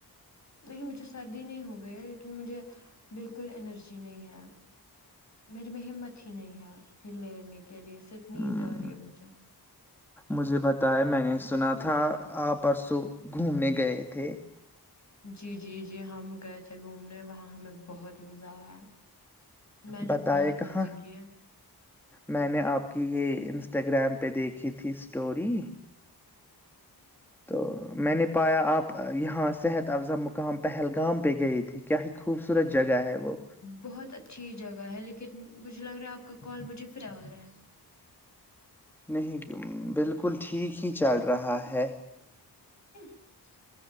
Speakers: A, on the left; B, in the centre.
A: نہیں مجھے سردی نہیں ہو گئی لیکن مجھے بالکل انرجی نہیں ہے میرے میں ہمت ہی نہیں ہے ہلنے ملنے کے لیے صرف نیند
B: ہم،
A: آ رہی ہے مجھے
B: مجھے بتائے میں نے سنا تھا آ پرسوں گھومنے گئے تھے
A: جی جی جی ہم گئے تھے گھومنے وہاں ہمیں بہت مزہ آیا میں نے
B: بتائے
A: بہت
B: کہاں
A: مزے کیے
B: میں نے آپ کی یہ انسٹاگرام پہ دیکھی تھی اسٹوری تو میں نے پایا آپ یہاں صحت افزا مقام پہلگام پہ گئے تھے کیا ہی خوبصورت جگہ ہے وہ
A: بہت اچھی جگہ ہے لیکن مجھے لگ رہا آپ کا کال مجھے پھرا ہو رہا ہے
B: نہیں بالکل ٹھیک ہی چل رہا ہے
A: <inaudible>